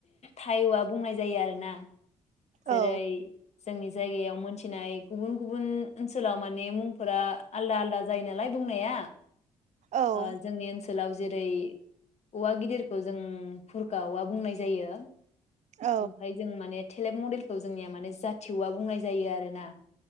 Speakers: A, on the left; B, on the right.
A: थाय औवा बुंनाय जायो आरो ना जेरै
B: औ
A: जोंनि जायगायाव मोनथिनाय गुबुन गुबुन ओनसोलाव माने मुंफोरा आलदा आलदा जायो नालायनाय बुंनाया
B: औ
A: जोंनि ओनसोल ओनसोलाव जेरै औवा गिदिरखौ जों फुरखा औवा बुंनाय जायो जायो
B: औ
A: ओमफ्राय जों माने थेलेब मडेल जोंनिया माने जाथिवा बुंनाय जा जायो आरोना